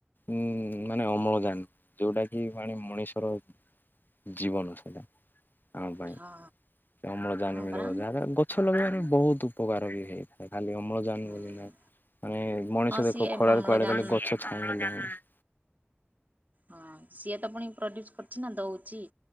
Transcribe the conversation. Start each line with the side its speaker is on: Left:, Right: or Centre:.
Left: ଉଁ ମାନେ ଅମ୍ଳଜାନ ଯୋଉଟା କି ମାନେ ମଣିଷର ଜୀବନ ସେଟା ଆମ ପାଇଁ
Right: ହଁ
Left: ଅମ୍ଳଜାନ
Right: ହଁ
Left: ମିଳିବ
Right: ପରା
Left: <unintelligible> ଗଛ ଲଗେଇବାରେ ବହୁତ ଉପକାର ବି ହେଇଥାଏ, ଖାଲି ଅମ୍ଳଜାନ
Right: ହୁଁ।
Left: ବୋଲି ନାହିଁ ମାନେ ମଣିଷ
Right: ହଁ ସିଏ
Left: ଦେଖ ଖରାରେ
Right: ଅମ୍ଳଜାନ
Left: କୁଆଡ଼େ ଗଲେ ଗଛ ଛାଇ <unintelligible>
Right: ହଁ ସିଏ ତ ପୁଣି ପ୍ରଡ୍ୟୁସ କରୁଛି ନା ଦଉଛି।